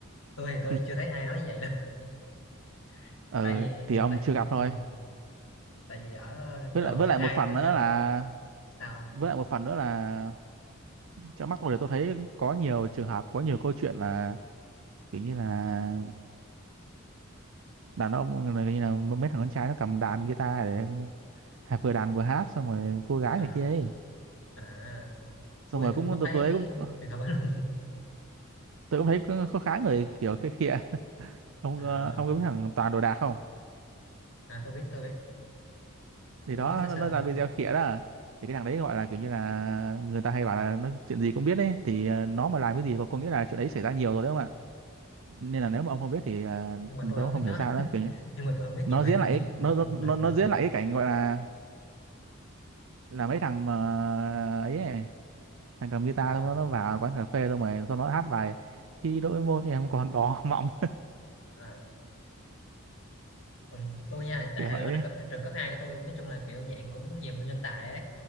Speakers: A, on the left; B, on the right.
A: tôi thì tôi
B: <laughs>
A: chưa thấy ai nói như vậy đâu <laughs>
B: ừ
A: tại vì
B: thì ông
A: tại
B: chưa
A: vì
B: gặp thôi
A: ừ, tại vì ở
B: với
A: trường
B: lại với
A: cấp
B: lại
A: 2
B: một phần
A: tôi
B: nữa
A: nha
B: là
A: sao
B: với lại một phần nữa là trong mắt tôi thì tôi thấy có nhiều trường hợp có nhiều câu chuyện là kiểu như là đàn ông là như là mấy thằng con trai nó cầm đàn guitar để hát- vừa đàn vừa hát xong rồi cô gái
A: à,
B: này kia ấy
A: à
B: xong
A: tôi
B: rồi
A: thì tôi
B: cũng
A: cũng không
B: tôi,
A: thấy
B: tôi thấy cũng
A: trường hợp đó luôn
B: tôi cũng thấy có, có khá người kiểu khịa khịa ông
A: à,
B: ờ, ông có biết thằng Toàn đồ đạc không
A: à tôi biết tôi biết
B: thì
A: tôi
B: đó
A: có biết sơ
B: nó,
A: sơ
B: nó ra video khỉa đó à. thì cái thằng đấy gọi là kiểu như là người ta hay bảo là nó chuyện gì cũng biết đấy thì ờ, nó mà làm cái gì có có nghĩa là chuyện đấy xảy ra nhiều rồi đấy không ạ nên là nếu mà ông không biết thì ờ,
A: nhưng mà
B: tôi
A: tôi không
B: cũng
A: biết
B: không hiểu
A: nó
B: sao đó kiểu như
A: nhưng mà tôi không biết
B: nó
A: nhiều về
B: diễn
A: nó
B: lại cái- nó nó
A: <laughs>
B: nó diễn lại cái cảnh gọi là là mấy thằng mà ấy, ấy thằng cầm guitar
A: à,
B: xong nó nó vào quán cà phê xong rồi xong nó hát bài khi đôi môi em còn đỏ mọng <laughs>
A: à, còn tôi nha tại
B: kiểu
A: hồi
B: vậy
A: đó trường cấp trường cấp hai của tôi nói chung là kiểu dạng cũng nhiều người nhân tài ấy